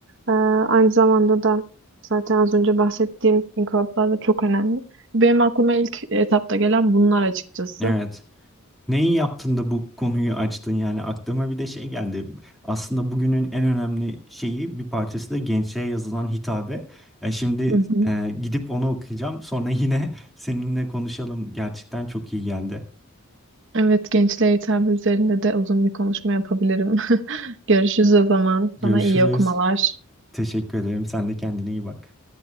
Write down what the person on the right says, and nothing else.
Ee, aynı zamanda da zaten az önce bahsettiğim inkılaplar da çok önemli. Benim aklıma ilk etapta gelen bunlar açıkçası.
Hı hı.
Evet, gençliğe hitap üzerinde de uzun bir konuşma yapabilirim. <laughs> Görüşürüz o zaman.
Sana iyi okumalar.